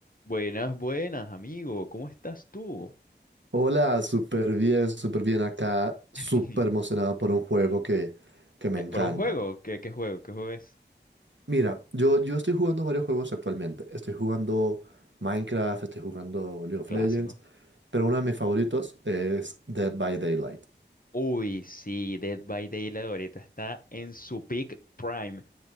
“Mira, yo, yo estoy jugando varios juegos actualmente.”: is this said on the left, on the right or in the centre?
Right